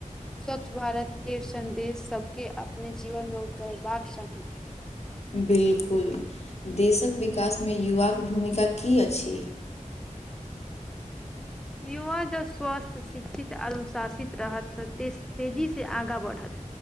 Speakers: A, in the centre; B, on the left.
A: स्वच्छ भारत के संदेश सबके अपने जीवन मे उतैरबाक चाही
B: बिलकुल देशक विकास मे युवा के भूमिका की अछि
A: युवा जब स्वस्थ शिक्षित अनुशासित रहत तऽतेजीसँ आगाँ बढ़त